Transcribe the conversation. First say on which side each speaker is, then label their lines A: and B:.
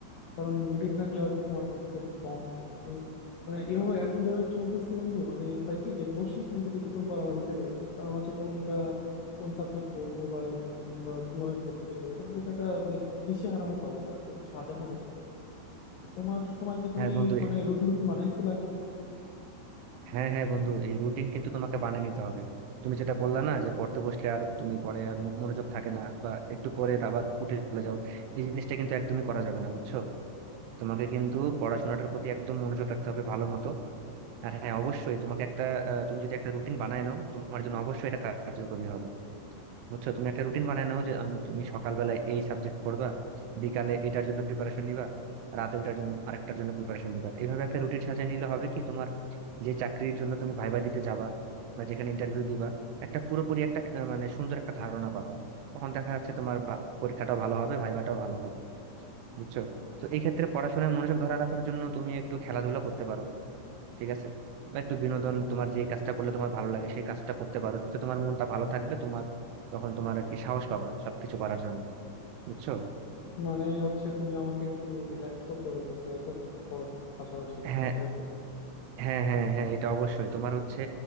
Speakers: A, on the left; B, on the right.
A: কারণ রুটিন থাকলে হয়তো সময় কনস্ট একটু কম হবে কিন্তু মানে এভাবে এখন যেভাবে চলতেছি বন্ধু মানে হয় কি যে বসি কিন্তু কিছুক্ষণ পর আবার উঠে যাই কারণ হচ্ছে কোনটা কোন সাবজেক্ট পড়বো বা কোন বা কিভাবে প্রস্তুতি নেবো কোনো কিছু একটা মানে দিশেহারা মতো অবস্থা কোনো কিছু সাজানো গোছানো তো তোমার সময় কি তুমি
B: হ্যাঁ বন্ধু
A: মানে রুটিন রুটিন বানাইছিলা কিছু
B: হ্যাঁ হ্যাঁ বন্ধু এই রুটিন কিন্তু তোমাকে বানিয়ে নিতে হবে তুমি যেটা বললা না যে পড়তে বসলে আর তুমি পরে আর মন- মনোযোগ থাকে না বা একটু পরে আবার উঠে চলে যাও এই জিনিসটা কিন্তু একদমই করা যাবে না বুঝছো তোমাকে কিন্তু পড়াশোনাটার প্রতি একদম মনোযোগ রাখতে হবে ভালো মতো আর হ্যাঁ অবশ্যই তোমাকে একটা আহ, তুমি যদি একটা রুটিন বানায় নাও তোমার জন্য অবশ্যই এটা কার্যকরী হবে বুঝছো তুমি একটা রুটিন বানায় নাও যে আমি তুমি সকালবেলায় এই সাবজেক্ট করবা বিকালে এটার জন্য প্রিপারেশন নিবা রাতে ওটার জন্য আরেকটার জন্য প্রিপারেশন নিবা এইভাবে একটা রুটিন সাজিয়ে নিলে হবে কি তোমার যে চাকরির জন্য তুমি ভাইবা দিতে যাবা বা যেখানে ইন্টারভিউ দিবা একটা পুরোপুরি একটা আহ, মানে সুন্দর একটা ধারণা পাবা তখন দেখা যাচ্ছে তোমার বা- পরীক্ষাটাও ভালো হবে ভাইবাটাও ভালো হবে বুঝছো তো এই ক্ষেত্রে পড়াশোনায় মনোযোগ ধরে রাখার জন্য তুমি একটু খেলাধুলা করতে পারো ঠিক আছে বা একটু বিনোদন তোমার যে কাজটা করলে তোমার ভালো লাগে সেই কাজটা করতে পারো এতে তোমার মনটা ভালো থাকবে তোমার তখন তোমার আর কি সাহস পাবা সবকিছু করার জন্য বুঝছো
A: মানে হচ্ছে তুমি আমাকে একটু রিল্যাক্স করতে বলতেছো তাই তো মানে পড়াশোনার পাশাপাশি
B: হ্যাঁ
A: তাই তো
B: হ্যাঁ হ্যাঁ হ্যাঁ এটা অবশ্যই তোমার হচ্ছে